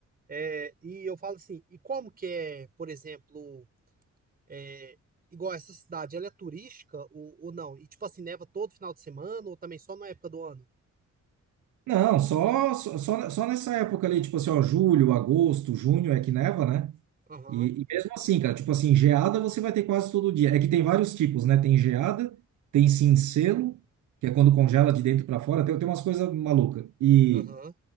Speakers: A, on the right (about 30°); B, on the right (about 80°).
A: É, e eu falo assim, e como que é, por exemplo, é igual essa cidade, ela é turística ou, ou não? E tipo assim, neva todo final de semana ou também só na época do ano?
B: Não, só, só, só só nessa época ali, tipo assim, ó, julho, agosto, junho é que neva, né?
A: Aham,
B: E, e mesmo assim, cara, tipo assim, geada você vai ter quase todo dia. É que tem vários tipos, né? Tem geada, tem cincelo, que é quando congela de dentro para fora, tem, tem umas coisas malucas. E
A: aham.